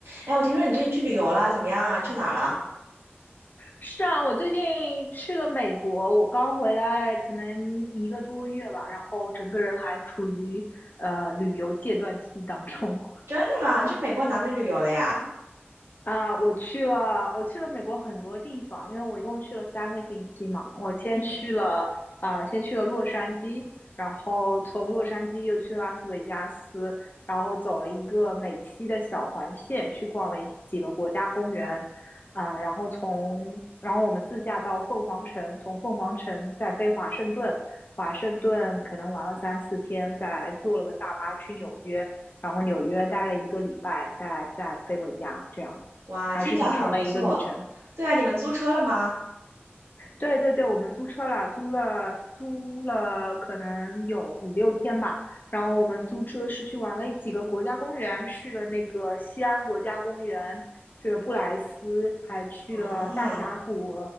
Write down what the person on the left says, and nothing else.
是啊，我最近去了美国，我刚回来，可能一个多月吧，然后整个人还处于呃旅游戒断期当中。
啊，我去了，我去了美国很多地方，因为我一共去了三个星期嘛。我先去了啊、
先去了洛杉矶，然后从洛杉矶又去拉斯维加斯，然后走了一个美西的小环线，去逛了一几个国家公园，啊、然后从然后我们自驾到凤凰城，从凤凰城再飞华盛顿，华盛顿可能玩了三四天，再坐了个大巴去纽约，然后纽约待了一个礼拜，再再飞回家，这样。
还是挺长的一个旅程。
对对对，我们租车了，租了租了可能有五六天吧。然后我们租车是去玩了几个国家公园，去了那个西安国家公园，去了布莱斯，还去了大峡谷，